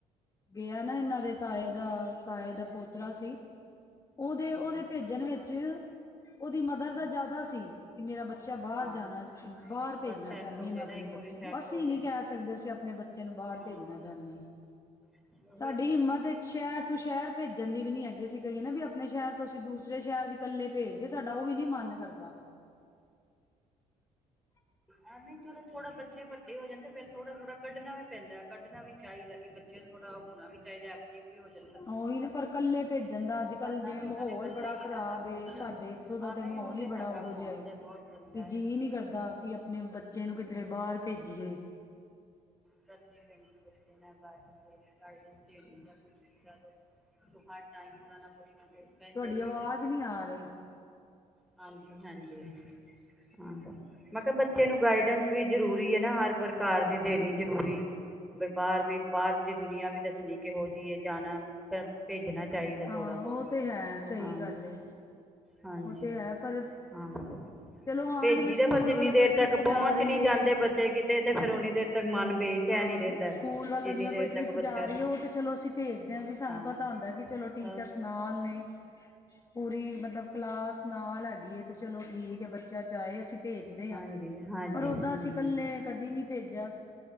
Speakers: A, on the left; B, in the centre.
A: ਗਿਆ ਨਾ ਇਹਨਾਂ ਦੇ ਤਾਏ ਦਾ ਤਾਏ ਦਾ ਪੋਤਰਾ ਸੀ। ਉਹਦੇ- ਉਹਦੇ
B: ਹਾਂਜੀ ਹਾਂਜੀ
A: ਭੇਜਣ ਵਿੱਚ ਉਹਦੀ ਮਦਰ ਦਾ
B: ਹਮ
A: ਜ਼ਿਆਦਾ ਸੀ। ਕਿ ਮੇਰਾ ਬੱਚਾ ਬਾਹਰ
B: ਹਾਂ
A: ਜਾਣਾ, ਬਾਹਰ ਭੇਜਣਾ
B: ਬਸ ਸੈੱਟ
A: ਚਾਹੁੰਦੀ
B: ਹੋ
A: ਹਾਂ।
B: ਜੇ
A: ਮੈਂ ਆਪਣੇ
B: ਨਾ ਇੱਕ
A: ਬੱਚੇ
B: ਵਾਰੀ
A: ਨੂੰ।
B: ਸੈੱਟ
A: ਅਸੀਂ
B: ਹੋ ਜੇ
A: ਨੀ ਕਹਿ ਸਕਦੇ ਅਸੀਂ ਆਪਣੇ ਬੱਚੇ ਨੂੰ, ਬਾਹਰ
B: ਹਾਂ
A: ਭੇਜਣਾ ਚਾਹਨੇ ਆ
B: ਹਾਂ ਉਹੀ
A: ਸਾਡੀ ਹਿੰਮਤ ਇੱਕ ਸ਼ਹਿਰ ਟੂ ਸ਼ਹਿਰ ਭੇਜਣ ਦੀ ਵੀ ਨੀ ਹੈਗੀ ਅਸੀਂ ਕਈਏ ਨਾ ਵੀ। ਆਪਣੇ ਸ਼ਹਿਰ ਤੋਂ ਅਸੀਂ ਦੂਸਰੇ ਸ਼ਹਿਰ- ਕੱਲੇ ਭੇਜ ਦਈਏ, ਸਾਡਾ ਉਹ ਵੀ ਨੀ ਮਨ ਕਰਦਾ। <unintelligible>
B: ਹਾਂ ਨਈ, ਚਲੋ ਥੋੜਾ ਬੱਚੇ ਵੱਡੇ ਹੋ ਜਾਂਦੇ ਫੇਰ ਥੋੜਾ ਥੋੜਾ ਕੱਢਣਾ ਵੀ ਪੈਂਦਾ। ਕੱਢਣਾ ਵੀ ਚਾਹੀਦਾ, ਕਿ ਬੱਚਿਆਂ ਨੂੰ ਥੋੜ੍ਹਾ ਹੋਣਾ ਵੀ ਚਾਹੀਦਾ, ਐਕਟਿਵ ਵੀ ਹੋ ਜਾਦਾ
A: ਉਹੀ ਨਾ ਪਰ ਕੱਲੇ ਭੇਜਣ ਦਾ, ਅੱਜ ਕੱਲ੍ਹ
B: ਕਰਨਾ
A: ਜਿਵੇਂ
B: ਤੇ
A: ਮਾਹੌਲ
B: ਉਹਨਾਂ ਨੇ ਇਕੱਲਾ
A: ਬੜਾ
B: ਹੀ ਹੈ
A: ਖ਼ਰਾਬ
B: ਨਾ ਸਭ
A: ਏ
B: ਕੁਛ
A: ਸਾਡੇ ਉੱਥੋਂ ਦਾ
B: ਹਾਂ ਨਹੀਂ
A: ਤੇ ਮਾਹੌਲ
B: ਉਹ
A: ਹੀ ਬੜਾ
B: ਹੈਗਾ
A: ਉਹੋ
B: ਮਾਹੌਲ
A: ਜਿਆ ਏ, ਕਿ
B: ਤੇ ਬਹੁਤ ਗੰਦਾ
A: ਜੀ।
B: ਹੈ
A: ਜੀਅ ਨੀ ਕਰਦਾ ਕਿ ਆਪਣੇ ਬੱਚੇ ਨੂੰ, ਕਿੱਧਰੇ ਬਾਹਰ ਭੇਜੀਏ।
B: ਕਰਨੀ ਪੈਂਦੀ ਬੱਚੇ ਨੂੰ ਗਾਈਡਸ ਦੇਣੀ, ਜਾਂ ਕੁਛ ਵੀ ਕਰੋ। ਹਰ ਟਾਈਮ ਉਹ ਨਾਲ ਕੁਛ ਨਾ ਕੁਛ ਕਹਿੰਦੇ
A: ਤੁਹਾਡੀ
B: ਰਹੀਦਾ
A: ਆਵਾਜ਼
B: ਸੀ।
A: ਨਹੀਂ ਆ ਰਹੀ
B: ਹਾਂਜੀ- ਹਾਂਜੀ ਹਾਂ ਮੈਂ ਕਿਹਾ ਬੱਚੇ ਨੂੰ ਗਾਈਡੈਂਸ ਵੀ ਜ਼ਰੂਰੀ ਹੈ ਨਾ ਹਰ ਪ੍ਰਕਾਰ ਦੀ ਦੇਣੀ ਜ਼ਰੂਰੀ ਬਈ ਬਾਹਰ ਵੀ ਬਾਹਰ ਦੀ ਦੁਨੀਆਂ ਵੀ ਦੱਸਣੀ ਕਿਹੋ ਜਿਹੀ ਏ ਜਾਣਾ ਫਿਰ ਭੇਜਣਾ ਚਾਹੀਦਾ
A: ਹਾਂ
B: ਥੋੜ੍ਹਾ ਬਹੁਤ
A: ਉਹ ਤੇ ਹੈ ਸਹੀ
B: ਹਾਂ
A: ਗੱਲ ਏ
B: ਹਾਂਜੀ
A: ਉਹ ਤੇ ਹੈ ਪਰ
B: ਆਹੋ
A: ਚਲੋ ਹਾਂ
B: ਭੇਜੀਦਾ
A: ਜਿਵੇਂ ਸਕੂਲ
B: ਪਰ ਜਿੰਨੀ
A: ਵੱਲੋਂ
B: ਦੇਰ
A: ਕੋਈ ਟ੍ਰਿਪ
B: ਤੱਕ ਪਹੁੰਚ
A: ਜਾ ਰਹੀ
B: ਨੀ ਜਾਂਦੇ
A: ਏ
B: ਬੱਚੇ ਕਿਤੇ ਤੇ ਫੇਰ ਉਨੀ ਦੇਰ ਤੇ ਮਨ ਬੇਚੈਨ
A: ਹਾਂ
B: ਹੈ ਨੀ ਰਹਿੰਦਾ
A: ਸਕੂਲ ਵੱਲੋਂ
B: ਜਿੰਨੀ
A: ਜਿਵੇਂ
B: ਦੇਰ
A: ਕੋਈ
B: ਤੱਕ
A: ਟ੍ਰਿਪ
B: ਬੱਚਾ
A: ਜਾ ਰਹੀ
B: ਚ
A: ਹੈ ਉਹ ਤੇ ਚਲੋ ਅਸੀਂ ਭੇਜਦੇ ਵੀ ਸਾਨੂੰ
B: ਹਾਂ
A: ਪਤਾ ਹੁੰਦਾ ਕਿ ਚਲੋ ਟੀਚਰਸ
B: ਹਾਂ
A: ਨਾਲ ਨੇ ਪੂਰੀ ਮਤਲਬ ਕਲਾਸ ਨਾਲ ਹੈਗੀ ਏ ਤੇ ਚਲੋ ਠੀਕ ਹੈ ਬੱਚਾ ਜਾਹੇ ਅਸੀਂ ਭੇਜਦੇ
B: ਹਾਂਜੀ
A: ਹਾਂ
B: ਹਾਂਜੀ
A: ਪਰ ਓਦਾਂ
B: ਹਮ
A: ਅਸੀਂ ਇਕੱਲੇ ਕਦੇ ਨੀ ਭੇਜਿਆ